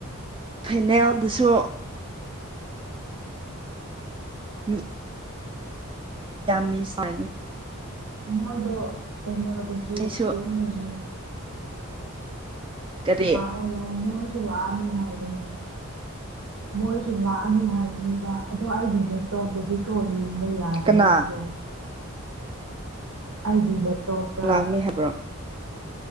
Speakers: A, on the right (about 25°); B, on the right (about 80°).
A: ꯐꯥꯏꯅꯦꯜꯗꯨꯁꯨ ꯃꯤ ꯌꯥꯝꯃꯤ ꯁꯔꯤꯅꯦ
B: ꯃꯣꯏꯗꯣ ꯀꯩꯅꯣꯗꯁꯨ
A: ꯑꯩꯁꯨ
B: ꯄꯣꯜ <unintelligible> ꯂꯩꯅꯤ
A: ꯀꯔꯤ
B: ꯂꯛ ꯂꯥꯎ ꯃꯣꯏꯁꯨ ꯂꯛꯑꯅꯤ ꯍꯥꯏꯕꯅꯦ ꯃꯣꯏꯁꯨ ꯂꯥꯛꯑꯅꯤ ꯍꯥꯏꯅꯦꯕ ꯑꯗꯣ ꯑꯩꯗꯤ ꯂꯦꯞꯇꯣꯞꯇꯗꯤꯀꯣ ꯌꯦꯡꯕ ꯌꯥꯗꯕꯅꯤ
A: ꯀꯅꯥ
B: ꯀꯣ ꯑꯩꯒꯤ ꯂꯦꯞꯇꯣꯞꯇ
A: ꯂꯥꯛꯅꯤ ꯍꯥꯏꯕ꯭ꯔꯣ